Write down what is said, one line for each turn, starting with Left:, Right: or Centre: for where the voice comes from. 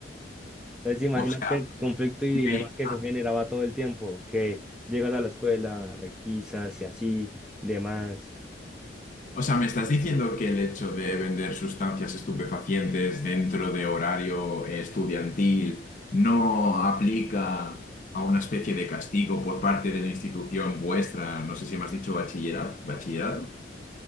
Centre: Entonces imagínate
Left: O sea,
Centre: el conflicto y
Left: me,
Centre: dilema que eso generaba todo el tiempo, que llegas a la escuela, requisas y así, demás.
Left: o sea, me estás diciendo que el hecho de vender sustancias estupefacientes dentro de horario eh, estudiantil no aplica a una especie de castigo por parte de la institución vuestra, no sé si me has dicho bachillerato, bachillerato.